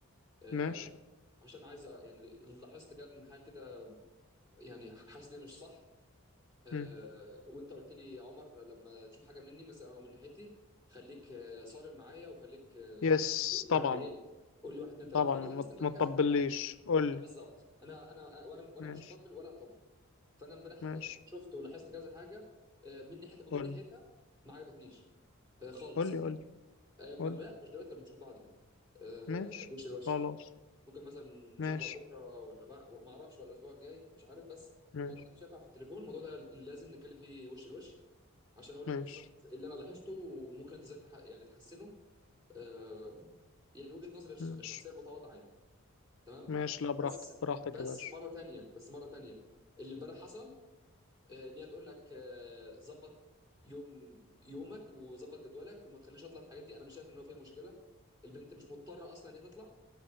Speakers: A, on the right; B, on the left.
A: آه،
B: ماشي
A: عشان عايز أ- يعني لاحظت كام حاجه كده يعني حاسس ان هي مش صح آه،
B: مم.
A: وانت قلت لي يا عمر لما تشوف حاجه مني مثلا او من ناحيتي خليك آه، صارم معايا وخليك آه،
B: يس
A: يعني
B: طبعا
A: ايه قول لي واحد اتنين تلاته
B: طبعا
A: فانا
B: ما
A: لاحظت امبارح
B: ما تطبليش
A: كذا حاجه
B: قول
A: اه بالظبط
B: لي
A: انا انا آه، وانا وانا
B: ماشي
A: مش هطبل ولا هطبل فانا امبارح
B: ماشي
A: شفت ولاحظت كذا حاجه آه، من ناحيتك ومن
B: قول
A: ناحيتها
B: لي
A: ما عجبتنيش آه، خالص
B: قول
A: يعني
B: لي قول لي
A: آه، ما
B: قول
A: ما-
B: لي
A: لا مش دلوقتي لما نشوف بعض يعني آه،
B: ماشي
A: وش لوش
B: خلاص
A: ممكن مثلا
B: ماشي
A: مش عارف بقى بكره ولا بقى ما اعرفش ولا الاسبوع الجاي مش عارف بس
B: ماشي
A: الموضوع ده مش هينفع في التليفون الموضوع ده لازم نتكلم فيه وش لوش عشان اقول
B: ماشي
A: لك بالظبط اللي انا لاحظته وممكن انت ازاي تح- يعني تحسنه آه، يعني وجهة نظري الش-
B: ماشي
A: الشخصيه المتواضعه يعني تمام
B: ماشي لا براحتك
A: بس
B: براحتك
A: بس
B: يا باشا
A: مره تانية بس مره تانية اللي امبارح حصل آه، ان هي تقول لك آه، ظبط يوم يومك وظبط جدولك وما تخليش اطلع في الحاجات دي انا مش شايف ان هو فيها مشكله البنت مش مضطره اصلا ان هي تطلع